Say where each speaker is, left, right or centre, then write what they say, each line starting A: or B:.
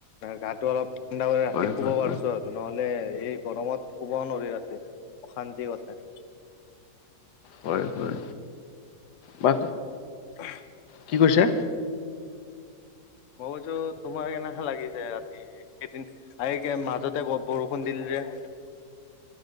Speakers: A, on the left; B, on the left.
A: গাটো অলপ ঠাণ্ডা কৰি ৰাতি
B: হয়
A: শুব
B: হয়
A: পাৰিছোঁ
B: হয়
A: আৰু নহ'লে এই গৰমত শুব নোৱাৰ ৰাতি অশান্তি কটে
B: হয় হয় বা
A: <inaudible>
B: কি কৈছা?
A: মই কৈছো তোমাৰ কেনেকে লাগিছে ৰাতি কেইদিন আ মাজতে বৰষুণ দিল এ